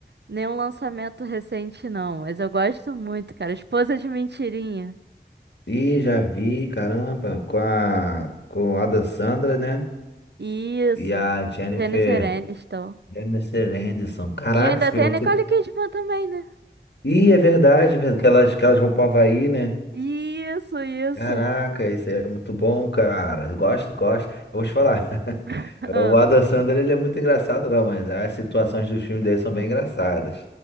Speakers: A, on the right (about 75°); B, on the left (about 75°).
A: nenhum lançamento recente, não, mas eu gosto muito, cara. Esposa de Mentirinha.
B: Ih, já vi, caramba, com a, com a Adam Sandler, né?
A: Isso,
B: E a Jennifer
A: Jennifer Aniston.
B: Jennifer Aniston. Caraca,
A: E ainda
B: esse filme
A: tem a
B: é
A: Nicole
B: muito...
A: Kidman também, né?
B: Ih, é verdade, é verdade, que elas, que elas vão pro Havaí, né?
A: Isso, isso.
B: Caraca, isso aí é muito bom, cara. Eu Gosto, gosto. Eu vou te falar. <laughs>
A: <laughs>
B: O Adam Sandler, ele é muito engraçado, não, mas as situações dos filmes dele são bem engraçadas.